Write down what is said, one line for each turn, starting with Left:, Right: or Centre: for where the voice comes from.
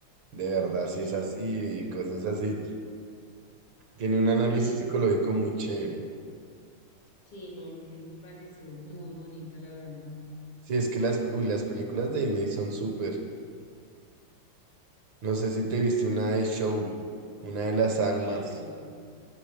Right: de verdad, sí
Left: Sí,
Right: es así, y cosas así. Tiene un análisis
Left: sí, eso
Right: psicológico
Left: sí.
Right: muy chévere.
Left: Sí, no, me, me pareció muy bonita, la verdad.
Right: Sí, es que las, uy, las películas de Disney son súper. No sé si te viste una de Soul, una de las almas,
Left: Sí, no, sí.